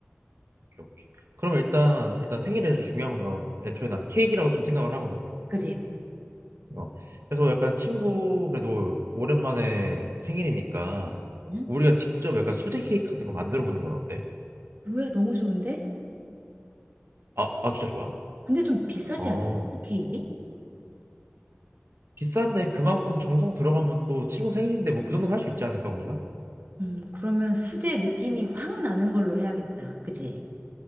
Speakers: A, on the right; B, on the right.
A: 오케이, 오케이. 그럼 일단 일단 생일에서 중요한 건 어, 애초에 난 케이크라고 좀 생각을 하거든.
B: 그지?
A: 어. 그래서 약간 친구 그래도 오랜만에 생일이니까
B: 응?
A: 우리가 직접 약간 수제 케이크 같은 거 만들어 보는 건 어때?
B: 뭐야, 너무 좋은데?
A: 아, 아 진짜 좋아?
B: 근데 좀 비싸지
A: 어.
B: 않나? 케이크?
A: 비싼데 그만큼 정성 들어가면 또 친구 생일인데 뭐 그 정도는 할 수 있지 않을까 우리가?
B: 음, 그러면 수제 느낌이 확 나는 걸로 해야겠다. 그지?